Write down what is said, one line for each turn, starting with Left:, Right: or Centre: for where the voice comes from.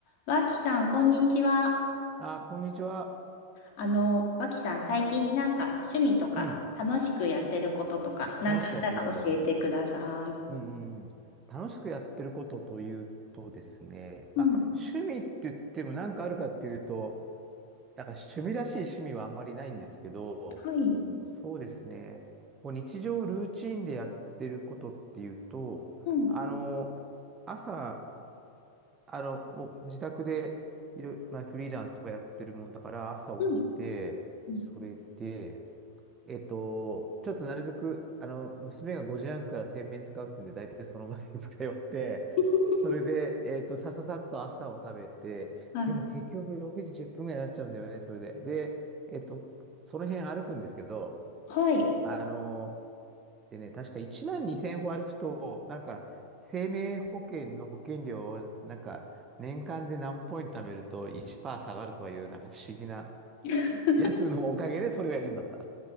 Left: わきさん、こんにちは。
Right: あ、こんにちは。
Left: あの、わきさん、最近なんか趣味とか楽しくやってることとか、
Right: うん。
Left: なんかあったら教えてください。
Right: 楽しくやってること。うんうんうん。楽しくやってることというとですね、
Left: うん。
Right: まあ、趣味って言っても何かあるかっていうと、だから趣味らしい趣味はあんまりないんですけど、
Left: はい。
Right: そうですね、こう日常ルーチンでやってることっていうと、
Left: うん。
Right: あの、朝、あの、もう自宅でいろいろ、まあ、フリーランスとかやってるもんだから、朝起きて、
Left: うん。うん
Right: それで、えっと、ちょっとなるべく、あの、娘が5時半から洗面使うっていうんで、大体その前に使い終わって、
Left: <laughs>
Right: それで、えっと、さささっと朝を食べて、
Left: はい。
Right: でも結局6時10分ぐらいになっちゃうんだよね、それで。で、えっと、その辺歩くんですけど、
Left: はい。
Right: あの、でね、確か1万2千歩歩くと、なんか、生命保険の保険料を、なんか、年間で何ポイント貯めると1%下がるとかいう、なんか不思議な
Left: <laughs>
Right: やつのおかげでそれをやるようになった。